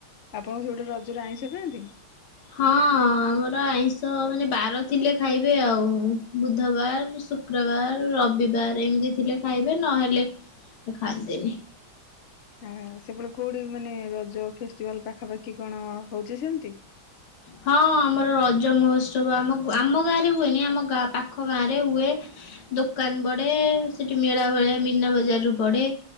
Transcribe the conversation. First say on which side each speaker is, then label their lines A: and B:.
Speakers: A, on the left (about 60°); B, on the left (about 80°).
A: ଆପଣ ସେ ଗୋଟେ ରଜରେ ଆଇଁଷ ଖାଆନ୍ତି।
B: ହଁ ଆମର ଆଇଁଷ ମାନେ ବାର ଥିଲେ ଖାଇବେ ଆଉ ବୁଧବାର ଶୁକ୍ରବାର ରବିବାର ଏମିତି ଥିଲେ ଖାଇବେ ନହେଲେ ଖାଆନ୍ତିନି।
A: ଆ ସେପଟେ କୋଉଠି ମାନେ ରଜ ଫେଷ୍ଭାଲ ପାଖାପାଖି କଣ ହଉଛି ସେମିତି।
B: ହଁ ଆମର ରଜ ମହୋତ୍ସବ ଆମ ଆମ ଗାଁ। ହୁଏନି ଆମ ଗାଁ ପାଖ ଗାଁ ରେ ହୁଏ ଦୋକାନ ବଡେ। ସେଠି ମେଳା ଭଳିଆ ମୀନ ବଜାର ରୁ ପଡେ।